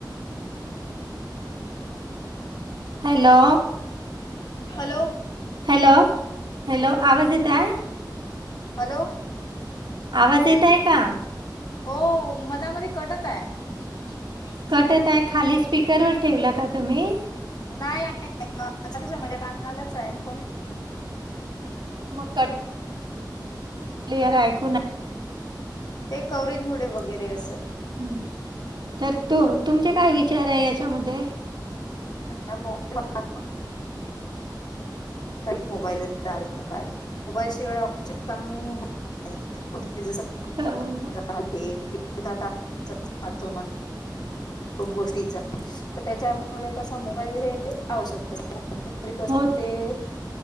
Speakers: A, on the right; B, on the left.
A: Hello?
B: Hello?
A: Hello? Hello? आवाज येत आहे?
B: हॅलो?
A: आवाज येत आहे का?
B: हो मधामध्ये कटत आहे. <inaudible>
A: कटत आहे, खाली स्पीकरवर ठेवला का तुम्ही?
B: नाही <unintelligible> माझ्या कानालाच आहे ना फोन.
A: मग कट क्लिअर ऐकू ना-
B: ते कव्हरेज मुळे वगैरे असलं.
A: हम्म, तर तू तुमचे काय विचार आहे यांच्यामध्ये?
B: अचई <inaudible> मोबाईल आहे शिवाय ऑपशम नाही <inaudible> तेज्यासारख
A: क-
B: <unintelligible> राह वात म्हण गोष्टीच <inaudible> तर त्यांच्यामुळे कसं हे मोबाईल हे आवश्यकस <unintelligible>
A: हो